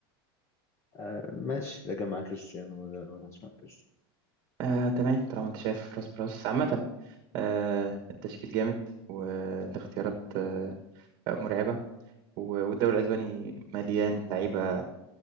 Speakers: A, on the left (about 20°); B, on the right (about 40°).
A: آه ماشي ده كان مع كريستيانو ولا ما كانش مع كريستيانو
B: آه تمام طالما أنت شايف راس براس عامة آه التشكيل جامد والاختيارات آه مرعبة و- والدوري الأسباني مليان لعيبة